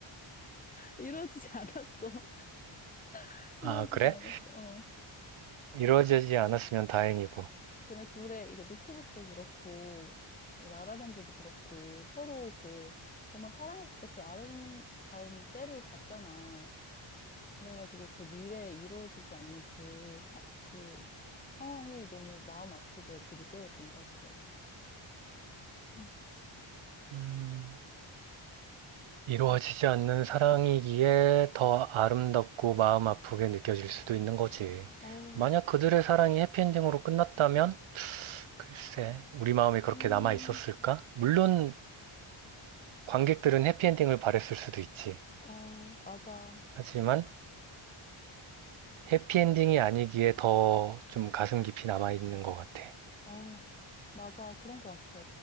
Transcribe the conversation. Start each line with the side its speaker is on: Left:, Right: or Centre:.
Left: <laughs> 이루어지지 않았어. <laughs>
Right: 아,
Left: 이루어지지
Right: 그래?
Left: 않았어. 어.
Right: 이루어지지 않았으면 다행이고.
Left: 근데 둘의 이게 노트북도 그렇고 지금 라라랜드도 그렇고 서로 그 정말 사랑했을 때 그 아름다운 때를 봤잖아. 그래가지고 그 미래에 이루어지지 않는 그 사, 그 상황이 너무 마음 아프게 이렇게 느껴졌던 것 같아. 응.
Right: 음, 이루어지지 않는 사랑이기에 더 아름답고 마음 아프게 느껴질 수도 있는 거지.
Left: 어,
Right: 만약 그들의 사랑이 해피엔딩으로 끝났다면, 글쎄, 우리 마음에 그렇게
Left: 음,
Right: 남아 있었을까? 물론 관객들은 해피엔딩을 바랬을 수도 있지.
Left: 어, 맞아.
Right: 하지만 해피엔딩이 아니기에 더 좀 가슴 깊이 남아 있는 것 같아.
Left: 어, 맞아. 그런 것 같아.